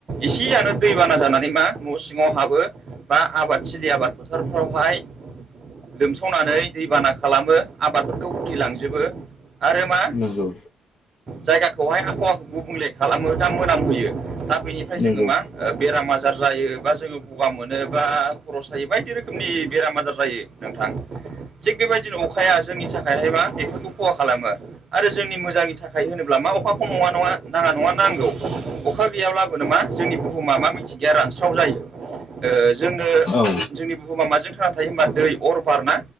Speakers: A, on the right; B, on the left.
A: एसेयानो दै बाना जाना नै मा न' सिङाव हाबो बा आबाद थिलि आबाद फोथारफ्रावहाय लोमसावनानै दैबाना खालामो आबादफोरखौ उथिलांजोबो। आरो मा
B: नंगौ
A: जायगाखौहाय आबहावाखौ गुबुंले खालामो दा मोनामहोयो दा बेनिफ्राय
B: नंगौ
A: जोङो मा ओ बेरामा आजार जायो बा जोङो गगा मोनो बा खरस थायो बायदि रोखोमनि बेराम आजार जायो नोंथां। थिग बेबायदिनो अखाया जोंनि थाखायहायबा बेफोरखौ खहा खालामो आरो जोंनि मोजांनि थाखाय थाय- होनोब्ला मा अखाखौ नङा नङा नाङा नङा नांगौ अखा गैयाब्लाबोनो मा जोंनि बुहुमा मा मिथि गैया रानस्राव जायो ओ जोंनो
B: औ
A: जोंनि बुहुमा माजों थां थाय- होमबा दै अर बार ना